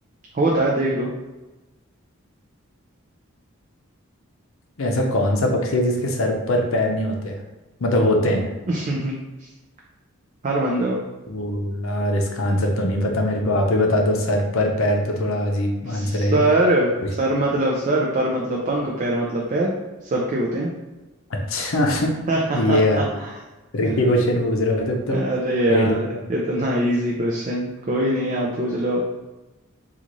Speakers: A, on the right; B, on the left.
A: होता है देख लो
B: ऐसा कौन सा पक्षी है जिसके सर पर पैर नहीं होते मतलब होते हैं
A: <laughs> हार मान जाओ
B: ओ यार इसका आंसर तो नहीं पता मेरे को आप ही बता दो सर पर पैर तो थोड़ा अजीब आंसर
A: सर
B: है ये कुछ
A: सर मतलब सर पर मतलब पंख पैर मतलब पैर सबके होते हैं
B: अच्छा <laughs>
A: <laughs>
B: ये भाई ट्रिकी
A: अरे
B: क्वेश्चन पूछ रहे हो तुम तो
A: अरे
B: पहेली
A: यार
B: के बता
A: इतना इजी क्वेश्चन कोई नहीं आप पूछ लो अब